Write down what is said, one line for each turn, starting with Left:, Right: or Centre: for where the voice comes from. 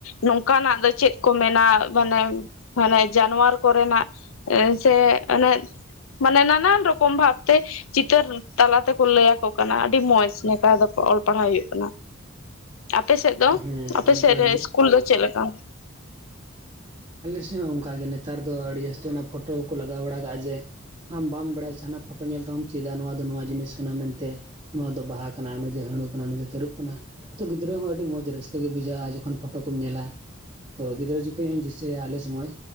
Left: ᱱᱚᱝᱠᱟ ᱱᱟᱜ ᱫᱚ ᱪᱮᱫ ᱠᱚ ᱢᱮᱱᱟ ᱢᱟᱱᱮ ᱢᱟᱱᱮ ᱡᱟᱱᱣᱟᱨ ᱠᱚ ᱨᱮᱱᱟᱜ ᱥᱮ ᱚᱱᱮ ᱢᱟᱱᱮ ᱱᱟᱱᱟᱱ ᱨᱚᱠᱚᱢ ᱵᱷᱟᱵᱽ ᱛᱮ ᱪᱤᱛᱟᱹᱨ ᱛᱟᱞᱟ ᱛᱮ ᱠᱚ ᱞᱟᱹᱭ ᱟᱠᱚ ᱠᱟᱱᱟ ᱟᱹᱰᱤ ᱢᱚᱸᱡᱽ ᱱᱮᱛᱟᱨ ᱫᱚ ᱠᱚ ᱚᱞ ᱯᱟᱲᱦᱟᱣ ᱦᱩᱭᱩᱜ ᱠᱟᱱᱟ᱾ ᱟᱯᱮ ᱥᱮᱜ ᱫᱚ
Right: ᱦᱮᱸ
Left: ᱟᱯᱮ
Right: ᱚᱱᱠᱟᱜᱮ
Left: ᱥᱮᱫ ᱨᱮ ᱤᱥᱠᱩᱞ ᱫᱚ ᱪᱮᱫ ᱞᱮᱠᱟ?
Right: ᱟᱞᱮ ᱥᱮᱡ ᱦᱚᱸ ᱚᱱᱠᱟ ᱜᱮ ᱱᱮᱛᱟᱨ ᱫᱚ ᱟᱹᱰᱤ ᱡᱟᱹᱥᱛᱤ ᱚᱱᱟ ᱯᱷᱳᱴᱳ ᱠᱚ ᱠᱚ ᱞᱟᱜᱟᱣ ᱵᱟᱲ ᱠᱟᱜ-ᱟ ᱡᱮ ᱟᱢ ᱵᱟᱢ ᱵᱟᱲᱟᱭᱟ ᱡᱟᱦᱟᱸᱱᱟᱜ ᱯᱷᱳᱴᱳ ᱧᱮᱞ ᱛᱮᱦᱚᱢ ᱪᱮᱫᱟ ᱱᱚᱣᱟ ᱫᱚ ᱱᱚᱣᱟ ᱡᱤᱱᱤᱥ ᱠᱟᱱᱟ ᱢᱮᱱ ᱛᱮ᱾ ᱱᱚᱣᱟ ᱫᱚ ᱵᱟᱦᱟ ᱠᱟᱱᱟ ᱱᱩᱭ ᱫᱚᱭ ᱦᱟᱬᱩ ᱠᱟᱱᱟ ᱱᱩᱭ ᱫᱚᱭ ᱛᱟᱹᱨᱩᱵ ᱠᱟᱱᱟ, ᱛᱚ ᱜᱤᱫᱽᱨᱟᱹ ᱦᱚᱸ ᱟᱹᱰᱤ ᱢᱚᱸᱡᱽ ᱨᱟᱹᱥᱠᱟᱹ ᱜᱮ ᱵᱩᱡᱷᱟᱹᱜ-ᱟ ᱡᱚᱠᱷᱚᱱ ᱯᱷᱳᱴᱳ ᱠᱚᱢ ᱧᱮᱞᱟ ᱛᱚ ᱜᱤᱫᱽᱨᱟᱹ ᱡᱚᱠᱷᱚᱡ ᱦᱚᱸᱧ ᱫᱤᱥ ᱥᱟᱹᱭᱟ ᱟᱞᱮ ᱥᱚᱢᱚᱭ